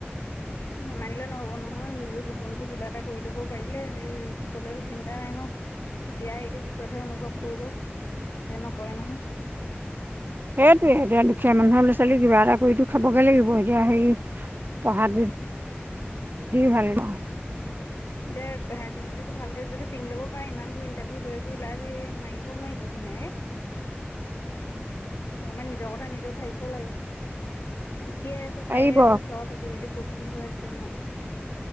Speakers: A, on the left; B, on the right.
A: নামানিলে নহ'ব নহয়। নিজ জীৱনতটো কিবা এটা কৰি ল'ব পাৰিলে হেই পিছলেতো চিন্তা নাই ন। এতিয়া হেইটো পিছতহে অনুভৱ কৰিব। এতিয়া নকৰে নহয়।
B: সেইটোৱে এতিয়া দুখীয়া মানুহৰ ল'ৰা-ছোৱালী কিবা এটা কৰিতো খাবগে লাগিব এতিয়া হেই পঢ়াটো, দি ভাল পাওঁ।
A: এয়া হাই ছেকেণ্ডেৰীটো ভালকে যদি চিং ল'ব পাৰে ইমানবোৰ ইণ্টাভিউ কিবা কিবি ওলাই আছে সি মাইব নোৱাৰিব ধুনীয়াকে? <inaudible> অকমান নিজৰ কথা নিজেও ভাবিব লাগে। দেখিয়ে আছে,
B: পাৰিব
A: পায়ে আছে চব আজি কালি ক'ত কি হৈ আছে নাই?